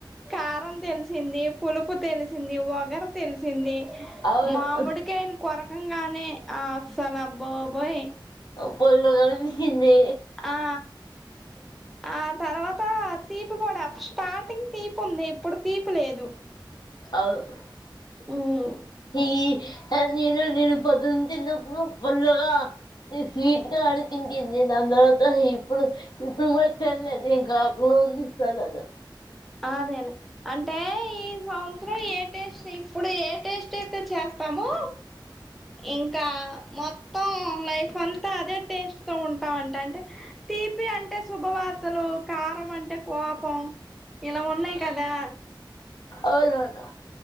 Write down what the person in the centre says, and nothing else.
కారం దెలిసింది పులుపు దెలిసింది వగ ర్ తెలిసింది
మామిడికాయిని కోర్ గానే అస్సల బాబోయ్
ఆ ఆ తర్వాత తీపి కూడా స్టార్టింగ్ తీపుంది ఇప్పుడు తీపి లేదు
ఉమ్
ఆ నేను ఆన్ టే ఈ సంవత్సరం ఏ టేస్ట్ ఇప్పుడు ఏ టేస్ట్ అయితే చేస్తామొ ఇంకా మొత్తం లైఫ్ అన్ తా అదే టేస్ట్ తో ఉంటామంట అంటే తీపి అంటే శుభవాత్త తలు కారం అంటే కోపం ఇలా ఉన్నాయి కదా